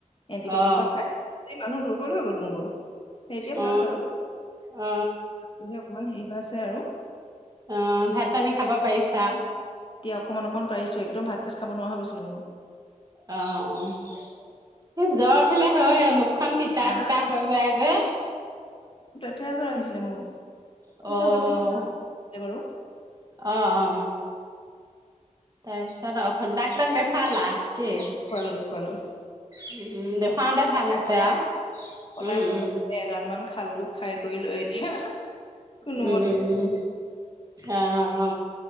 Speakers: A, on the left (about 40°); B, on the right (about 30°).
A: এণ্টিবায়টিক
B: অ
A: বা খাই মানুহ দুৰ্বল হৈ গলো। বো এতিয়া
B: অ অ
A: ভাল বাৰু।
B: অ
A: তি অকমান হেৰি হৈ আ ছে আৰু
B: অ ভাত পানী খাব পাৰিচা?
A: এতিয়া অকণমান অকণমান পাৰিছো একদম ভাত চাত খাব নোৱাৰা হৈছিলোগে।
B: অ স জ্বৰ উঠিলে হয় মুখখন তিতা
A: ৰাম
B: তিতা হৈ যায় যে
A: এতিয়া যে আহিছিলে মোৰ।
B: অ
A: অৱশ্যে অলপ দিন আছিলে বাৰু
B: অ অ অ তাৰপিছত অ ডাক ডাক দেখা। ফালা কি উ
A: দেখুৱালো দেখুৱালো
B: দেখুৱাওতে
A: সলাই
B: ভাল হৈছে
A: সলাই
B: আৰু
A: সলাই
B: উম
A: সলাই
B: উম
A: এগাল মান খালো। খাই কৰি ল এতিয়া কোনোমতে।
B: উম উম উম অ অ